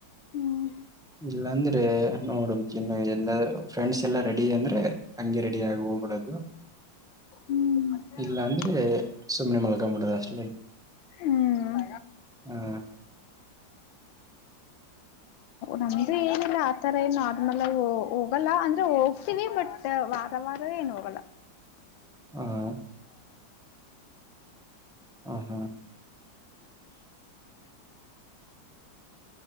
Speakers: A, on the left (about 85°); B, in the centre.
A: ಹ್ಮ್
B: ಇಲ್ಲ ಅಂದ್ರೆ ನೋಡ್ಬೇಕ್ ಇನ್ನು ಎಲ್ಲ ಫ್ರೆಂಡ್ಸ್ ಎಲ್ಲಾ ರೆಡಿ ಅಂದ್ರೆ ಹಂಗೆ ರೆಡಿ ಆ ಹೋಗ್ಬಿಡೋದು
A: ಹ್ಮ್
B: ಇಲ್ಲ ಅಂದ್ರೆ ಸುಮ್ಮ್ನೆ ಮಲ್ಕ್ಬಿಡದು ಅಷ್ಟೇ
A: ಹ್ಮ್
B: ಹಾ
A: ನಂದ್ರೆ ಏನಿಲ್ಲ ಆತರ ನಾರ್ಮಲ್ ಆಗಿ ಹೋಗಲ್ಲ ಅಂದ್ರೆ ಹೋಗ್ತೀವಿ ಬಟ್ ವಾರ ವಾರ ಏನು ಹೋಗಲ್ಲ
B: ಹ್ಮ
A: <unintelligible> <unintelligible>
B: ಹ ಹಾ